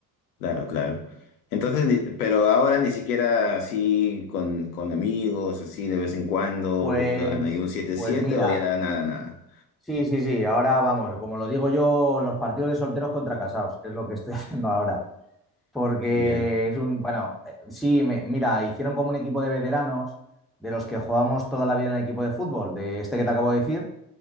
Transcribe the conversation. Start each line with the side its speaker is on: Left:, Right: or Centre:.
Left: claro, claro. Entonces, ni- pero ahora ni siquiera así con, con amigos, así de vez en cuando,
Centre: Pues,
Left: juegan ahí un siete
Centre: pues
Left: siete
Centre: mira,
Left: o ya nada, nada.
Centre: sí, sí, sí, ahora vamos, como lo digo yo, los partidos de solteros contra casados, es lo que estoy <laughs> haciendo ahora. Porque
Left: Ya,
Centre: es un, bueno, eh, sí, me- mira, hicieron como un equipo de veteranos de los que jugábamos toda la vida en el equipo de fútbol, de este que te acabo de decir,